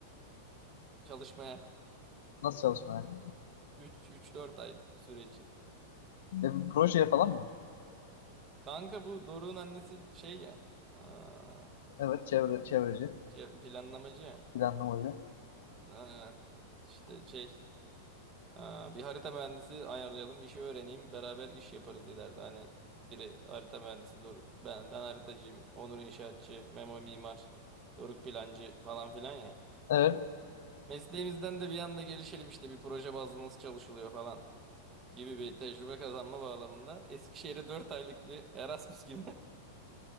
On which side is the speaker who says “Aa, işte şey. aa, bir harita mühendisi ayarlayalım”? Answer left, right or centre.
Right